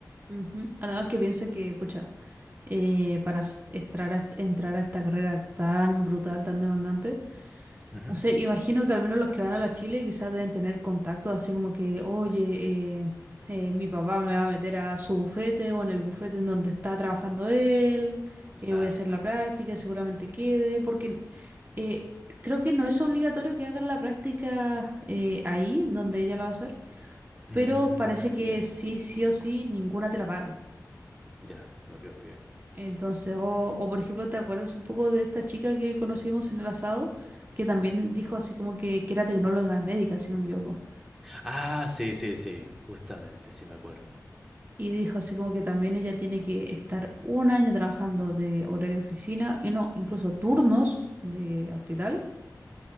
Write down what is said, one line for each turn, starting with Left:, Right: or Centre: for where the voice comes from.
Right: Ujú. Además que piensa que, pucha. eh, para s- entrar a, est- entrar a esta carrera tan brutal, tan demandante.
Centre: Ujú.
Right: No sé, imagino que al menos los que van a la Chile quizás deben tener contactos así como que, oye, eh, eh, mi papá me va a meter a su bufete o en el bufete en donde está trabajando él,
Centre: Exacto.
Right: eh, voy a hacer la práctica, seguramente quede, porque eh, creo que no es obligatorio que hagan la práctica eh, ahí, donde ella la va a hacer,
Centre: Mm,
Right: pero parece que sí, sí o sí, ninguna te la pagan.
Centre: ya, ok, ok.
Right: Entonces, o, o por ejemplo, ¿te acuerdas un poco de esta chica que conocimos en el asado? Que también dijo así como que, que era tecnóloga médica, si no me equivoco.
Centre: Ah, sí, sí, sí, justamente, sí me acuerdo.
Right: Y dijo así como que también ella tiene que estar un año trabajando de horario de oficina, y no, incluso turnos de hospital,